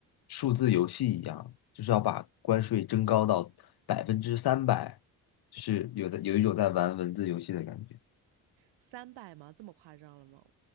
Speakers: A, on the left (about 60°); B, on the right (about 85°).
A: 数字游戏一样，就是要把关税增高到百分之三百，就是有的有一种在玩文字游戏的感觉。
B: 三百吗？这么夸张了吗？